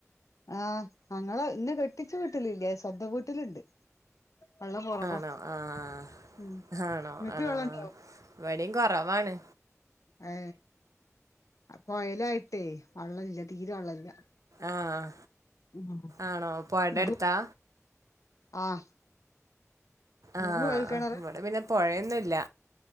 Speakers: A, on the left; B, on the right.
A: ആഹ് അങ്ങളെ ഇന്ന കെട്ടിച്ചു വീട്ടിലില്ലാ സ്വന്തം വീട്ടിലുണ്ട് വെള്ളം കുറവാ
B: ആണോ ആഹ്
A: ഉം
B: ആണോ
A: നിങ്ങക്ക്
B: ആഹ്
A: വെള്ളണ്ടോ
B: എവിടയും കുറവാണ്
A: ഏ കൊയലായിട്ടേ വെള്ളല്ല തീരെ വെള്ളല്ല
B: ആഹ്
A: ഉം
B: ആണോ പൊഴന്റെ
A: ഇങ്ങക്ക്
B: അടുത്താ
A: ആഹ് ഇങ്ങക്ക്
B: ആഹ്
A: കൊഴൽ കിണറാ
B: ഇവിടെ പിന്നെ പുഴയൊന്നും ഇല്ല